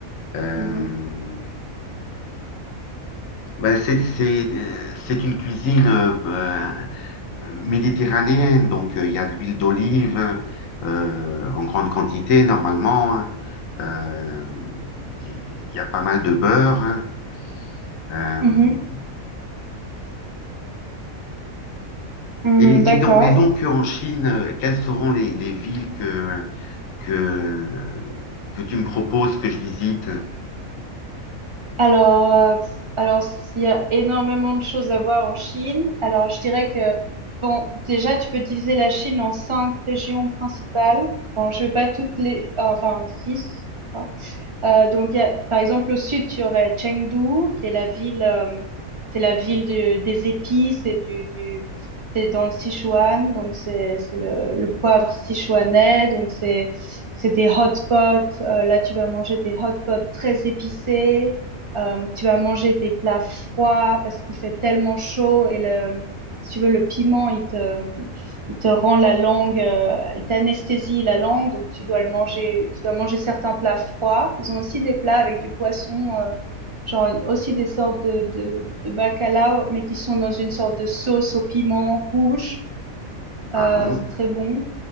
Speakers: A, on the left (about 70°); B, on the right (about 30°).
A: Euh,
B: Mhm.
A: ben, c'est c'est euh, c'est une cuisine euh, méditerranéenne, donc euh, il y a de l'huile d'olive euh, en grande quantité normalement. hein. Euh, il il y a pas mal de beurre. hein. Euh,
B: Mhm. Hum,
A: et,
B: d'accord.
A: et donc, et donc en Chine, euh, quelles seront les, les villes que, que, que tu me proposes que je visite?
B: Alors, euh, alors s'il y a énormément de choses à voir en Chine, alors je dirais que, bon, déjà, tu peux diviser la Chine en cinq régions principales. Bon, je vais pas toutes les, enfin, six. Euh, donc, il y a- par exemple, au sud, tu aurais Chengdu, qui est la ville, euh, c'est la ville du- des épices et du, du, c'est dans le Sichuan, donc c'est, c'est le, le poivre sichuanais, donc c'est, c'est des hot pots. Euh, là, tu vas manger des hot pots très épicés. Euh, tu vas manger des plats froids parce qu'il fait tellement chaud et le, si tu veux, le piment, il te, il te rend la langue, euh, il t'anesthésie la langue, donc tu dois le manger, tu dois manger certains plats froids. Ils ont aussi des plats avec du poisson, euh, genre une- aussi des sortes de, de, de bacalao, mais qui sont dans une sorte de sauce au piment rouge.
A: Ah,
B: Euh, c'est très bon.